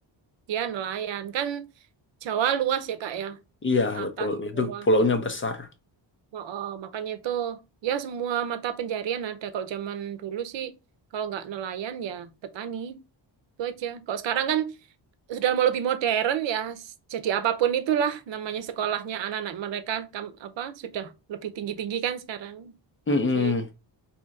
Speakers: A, on the right; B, on the left.
A: dia nelayan kan Jawa luas ya Kak ya,
B: Iya
A: atas
B: betul, itu
A: bawah
B: pulaunya
A: gitu.
B: besar.
A: Oh, oh, makanya itu ya semua mata penjarian ada kalau zaman dulu sih kalau nggak nelayan ya petani itu aja. Kalau sekarang kan sudah mau lebih modern ya jadi apapun itulah namanya sekolahnya anak-anak mereka kam- apa sudah lebih tinggi-tinggi kan sekarang
B: Mm-mm.
A: gitu